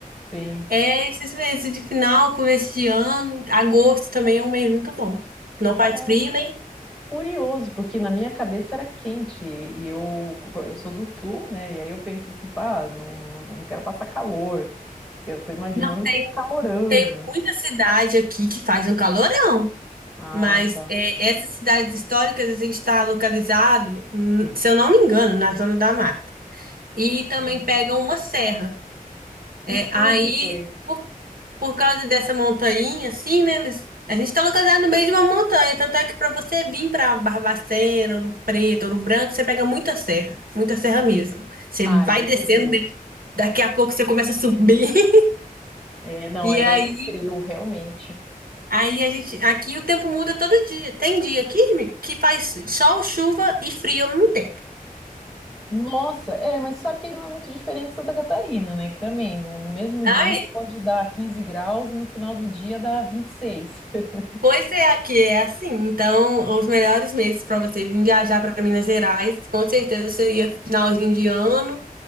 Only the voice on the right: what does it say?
É esses meses de final, começo de ano. Agosto também é um mês muito bom. Não faz
frio, né?
Não,
tem
muita cidade aqui que faz um calorão,
mas
é, essas cidades históricas a gente está localizado, hum, se eu não me engano, na zona da mata. E também
pega uma serra.
É,
aí,
por, por causa dessa montanha, assim, né? des- A gente está localizado no meio de uma montanha, tanto é que para você vir para Barbacena, Ouro Preto, Ouro Branco, você pega muita serra, muita serra mesmo. Você
vai
descendo,
né, daqui a pouco você começa a subir. <laughs>
E
aí
Aí a gente, aqui o tempo muda todo dia. Tem dia que, que faz sol, chuva e frio ao mesmo tempo.
Ai,
pois é, aqui é assim. Então, os melhores meses para você vir viajar para Minas Gerais, com certeza seria finalzinho de ano,